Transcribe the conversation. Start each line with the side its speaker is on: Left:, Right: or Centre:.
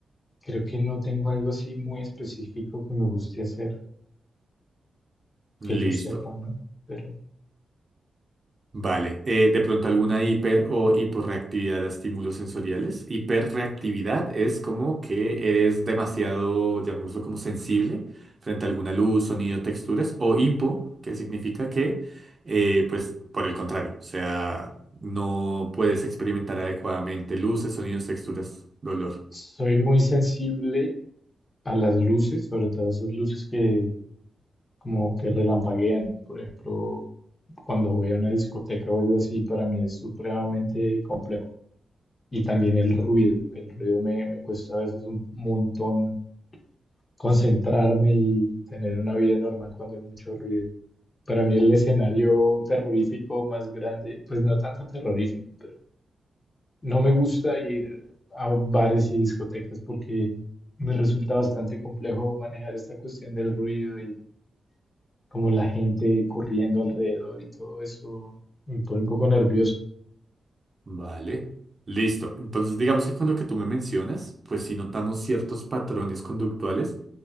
Left: creo que no tengo algo así muy específico que me guste hacer,
Right: Listo.
Left: que yo sepa, ¿no? Pero
Right: Vale, eh, de pronto alguna hiper o hiporreactividad a estímulos sensoriales. Hiperreactividad es como que eres demasiado, llamémoslo como sensible frente a alguna luz, sonido, texturas, o hipo, que significa que, eh, pues, por el contrario, o sea, no puedes experimentar adecuadamente luces, sonidos, texturas, dolor.
Left: soy muy sensible a las luces, sobre todo esas luces que como que relampaguean. Por ejemplo, cuando voy a una discoteca o algo así, para mí es supremamente complejo. Y también el ruido. El ruido me, me cuesta a veces un montón concentrarme y tener una vida normal cuando hay mucho ruido. Para mí el escenario terrorífico más grande, pues no tanto terrorífico, pero no me gusta ir a bares y discotecas porque me resulta bastante complejo manejar esta cuestión del ruido y como la gente corriendo alrededor y todo eso me pone un poco nervioso,
Right: Vale, listo. Entonces, digamos que con lo que tú me mencionas, pues sí notamos ciertos patrones conductuales